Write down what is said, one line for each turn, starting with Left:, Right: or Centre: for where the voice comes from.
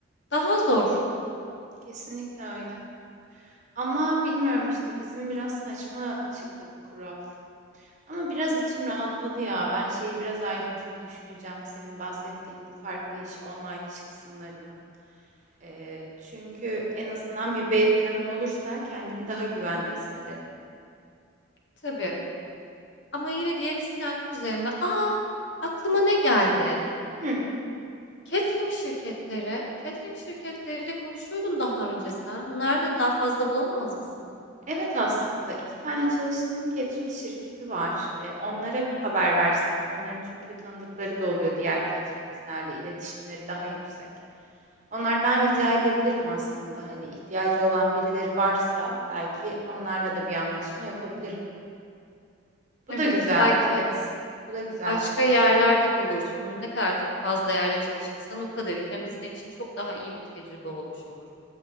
Left: daha zor
Right: kesinlikle öyle. Ama bilmiyorum işte bizim biraz saçma çıktı bu kural. Ama biraz içim rahatladı ya. Ben şeyi biraz ayrıntılı düşüneceğim. Senin bahsettiğin bu farklı iş, online iş kısımlarını. Ee, çünkü en azından bir B planım olursa kendimi daha güvende hissederim.
Left: tabii. Ama yine diyetisyenlik üzerine aa aklıma ne geldi?
Right: Hı,
Left: Catering şirketleri, catering şirketleriyle konuşuyordun daha önce sen. Onlarla daha fazla bulamaz mısın?
Right: evet aslında iki tane çalıştığım catering şirketi var. Ee, onlara haber versem, onların çünkü tanıdıkları da oluyor diğer cateringçilerle iletişimleri daha yüksek. Onlardan rica edebilirim aslında. Hani ihtiyacı olan birileri varsa belki onlarla da bir anlaşma yapabilirim. Bu
Left: Evet,
Right: da güzel.
Left: belki
Right: Evet. Bu da güzel
Left: başka
Right: bir fikir.
Left: yerlerde bulursun. Ne kadar çok fazla yerle çalışırsan o kadar iyi. Hem de senin için çok daha iyi bir tecrübe olmuş olur.